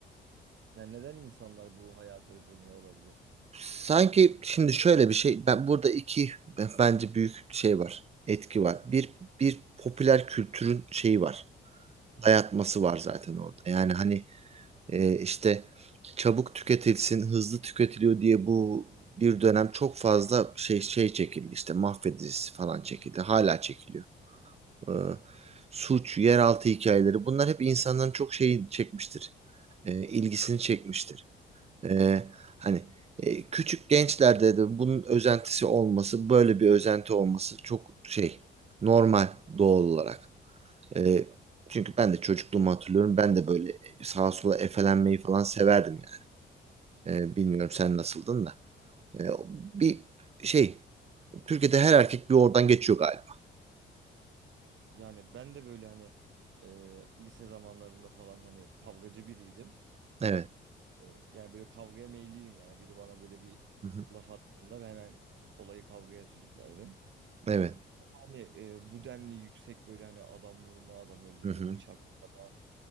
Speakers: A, on the right; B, on the right.
A: Yani neden insanlar bu hayata özeniyor olabilir?
B: sanki şimdi şöyle bir şey ben burada iki b- bence büyük şey var. Etki var. Bir bir popüler kültürün şeyi var. Dayatması var zaten orada. Yani hani e, işte çabuk tüketilsin, hızlı tüketiliyor diye bu bir dönem çok fazla şey şey çekildi. işte mahvedicisi falan çekildi. Hala çekiliyor. e, suç, yeraltı hikayeleri bunlar hep insanların çok şeyi çekmiştir. E, ilgisini çekmiştir. E, hani e, küçük gençlerde de bunun özentisi olması, böyle bir özenti olması çok şey normal doğal olarak. E, çünkü ben de çocukluğumu hatırlıyorum. Ben de böyle sağa sola efelenmeyi falan severdim yani. E, bilmiyorum sen nasıldın da. E, bir şey Türkiye'de her erkek bir oradan geçiyor galiba.
A: Yani ben de böyle hani e, lise zamanlarında falan hani kavgacı biriydim.
B: Evet.
A: E, yani böyle kavgaya meyilliydim yani biri bana böyle bir
B: Hı hı.
A: laf attığında ben hemen olayı kavgaya sürüklerdim.
B: Evet.
A: Hani e, bu denli yüksek böyle hani adam vurma, adam öldürme,
B: Hı hı.
A: bıçaklama,